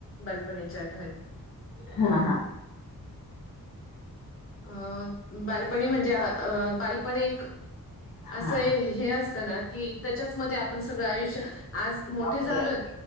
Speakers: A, on the left; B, on the left.
A: बालपणीच्या आठवणी
B: हा हा.
A: अ बालपणी म्हणजे अ बाल पण एक
B: हा
A: असं हे असतं ना की त्याच्याचमध्ये आपण सगळं आयुष्य आज मोठे
B: अगदी
A: झालोयत
B: अगदी